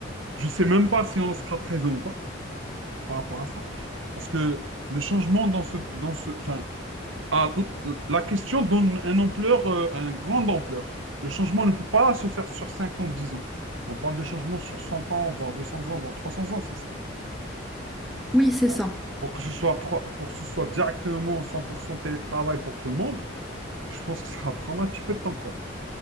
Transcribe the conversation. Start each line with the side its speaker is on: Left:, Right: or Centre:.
Right: Je ne sais même pas si on sera présent ou pas par rapport à ça. Parce que le changement dans ce, dans ce, enfin, ah, l- la question donne un ampleur, euh, un grande ampleur. Le changement ne peut pas se faire sur 5 ans, 10 ans. On parle de changement sur 100 ans, voire 200 ans, voire 300 ans, c'est ça.
Centre: Oui, c'est
Right: Pour
Centre: ça.
Right: que, pour que ce soit trois- pour que ce soit directement 100% télétravail pour tout le monde, je pense que ça va prendre un petit peu de temps, quoi.